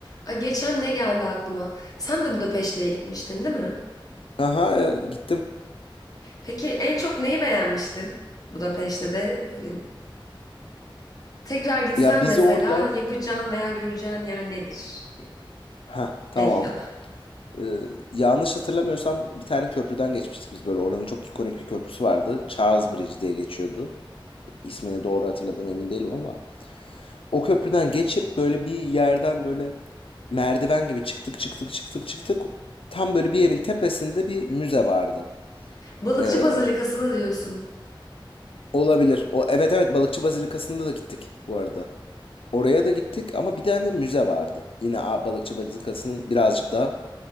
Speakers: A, on the left (about 40°); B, on the left (about 85°).
A: Ay, Geçen ne geldi aklıma? Sen de Budapeşte'ye gitmiştin, değil mi?
B: Aha e, gittim.
A: Peki en çok neyi beğenmiştin Budapeşte'de? Böyle tekrar gitsen
B: Ya biz
A: mesela
B: orada
A: yapacağın veya göreceğin yer nedir?
B: ha tamam.
A: Şey ya da.
B: Ee, yanlış hatırlamıyorsam bir tane köprüden geçmiştik biz böyle. Oranın çok ikonik bir köprüsü vardı. Charles Bridge diye geçiyordu. İsmini doğru hatırladım emin değilim ama o köprüden geçip böyle bir yerden böyle merdiven gibi çıktık çıktık çıktık çıktık. Tam böyle bir yerin tepesinde bir müze vardı.
A: Balıkçı
B: Ee,
A: Bazilikası'nı diyorsun.
B: olabilir. O evet evet Balıkçı Bazilikası'nda da gittik bu arada. Oraya da gittik ama bir tane de müze vardı. Yine A- Balıkçı Bazilikası'nın birazcık daha